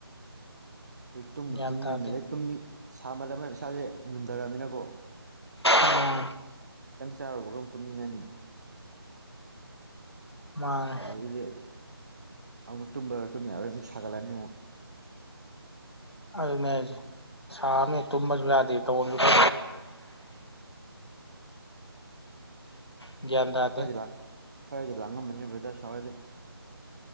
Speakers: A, on the right; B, on the left.
A: ꯑꯩ ꯇꯨꯝꯕꯨ
B: ꯒ꯭ꯌꯥꯟ
A: ꯇꯨꯝꯅꯤꯡꯅꯦꯗ
B: ꯇꯥꯗꯦ
A: ꯑꯩ ꯇꯨꯝꯅꯤꯡ ꯁꯥꯃꯜꯂꯝꯃꯦꯅ ꯏꯁꯥꯁꯦ ꯃꯨꯟꯊꯔꯕꯅꯤꯅꯀꯣ
B: ꯎꯝ
A: ꯈꯤꯇꯪ ꯆꯥꯔꯨꯕꯒ ꯑꯃꯨ ꯇꯨꯝꯅꯤꯡꯉꯅꯤ
B: ꯃꯥꯅꯦ
A: ꯑꯗꯒꯤꯗꯤ ꯑꯃꯨꯛ ꯇꯨꯝꯕ꯭ꯔꯥ ꯇꯨꯝ ꯌꯥꯔꯣꯏ ꯑꯗꯨ ꯁꯥꯒꯠꯂꯅꯤ ꯑꯃꯨꯛ
B: ꯑꯗꯨꯅꯦ ꯍꯥꯏꯁꯦ ꯁꯥꯕꯅꯦ ꯇꯨꯝꯕꯁꯨ ꯌꯥꯗꯦ ꯇꯧꯕꯝꯁꯨ <unintelligible> ꯒ꯭ꯌꯥꯟ ꯇꯥ
A: ꯈꯔꯗꯤ ꯂ ꯈꯔꯗꯤ ꯂꯥꯡꯉꯝꯅꯦ ꯕ꯭ꯔꯗꯔ ꯁꯥꯎꯌꯥꯗꯦ